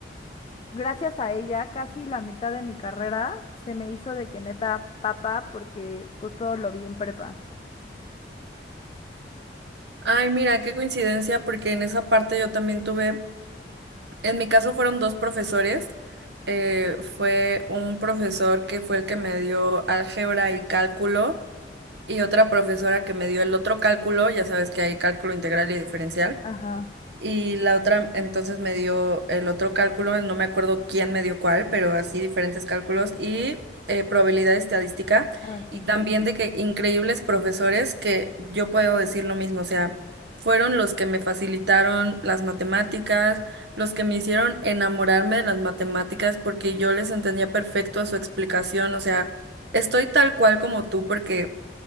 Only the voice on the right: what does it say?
Ay, mira, qué coincidencia, porque en esa parte yo también tuve, en mi caso fueron dos profesores. Eh, fue un profesor que fue el que me dio álgebra y cálculo y otra profesora que me dio el otro cálculo, ya sabes que hay cálculo integral y diferencial,
y la otra entonces me dio el otro cálculo, no me acuerdo quién me dio cuál, pero así diferentes cálculos y eh, probabilidad estadística,
y también de que increíbles profesores que yo puedo decir lo mismo, o sea, fueron los que me facilitaron las matemáticas, los que me hicieron enamorarme de las matemáticas porque yo les entendía perfecto a su explicación, o sea, estoy tal cual como tú porque...